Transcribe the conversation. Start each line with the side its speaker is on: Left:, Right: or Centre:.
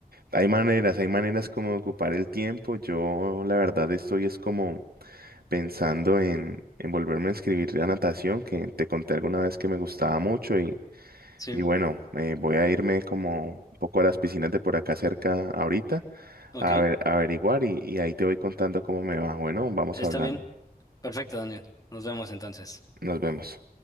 Right: Hay maneras, hay maneras como de ocupar el tiempo. Yo la verdad estoy es como pensando en, en volverme a inscribir a natación, que te conté alguna vez que me gustaba mucho y,
Left: Sí,
Right: y bueno, eh, voy a irme como un poco a las piscinas de por acá cerca ahorita
Left: ok.
Right: a ver, a averiguar y, y ahí te voy contando cómo me va. Bueno, vamos
Left: Está
Right: hablando.
Left: bien. Perfecto, Daniel. Nos vemos entonces.
Right: Nos vemos.